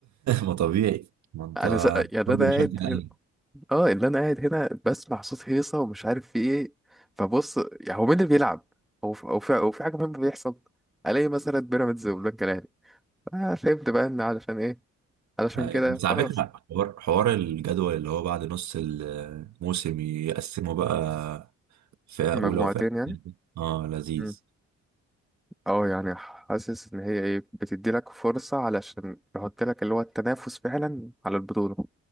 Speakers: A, on the right (about 65°); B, in the centre.
A: ما طبيعي ما انت
B: انا س... يعني
A: كله
B: انا
A: بيشجع
B: قاعد
A: الاهلي
B: اه اللي انا قاعد هنا بسمع صوت هيصه ومش عارف في ايه فبص يعني هو مين اللي بيلعب هو في هو في, هو في حاجه مهمه بيحصل الاقي مثلا بيراميدز والبنك الاهلي آه فهمت بقى ان علشان ايه علشان
A: أيوة.
B: كده
A: بس على
B: خلاص
A: فكرة حوار حوار الجدول اللي هو بعد نص الموسم يقسموا بقى فئة
B: مجموعتين
A: أولى وفئة
B: يعني
A: تانية. اه لذيذ
B: مم. اه يعني حاسس ان هي ايه بتدي لك فرصه علشان تحط لك اللي هو التنافس فعلا على البطوله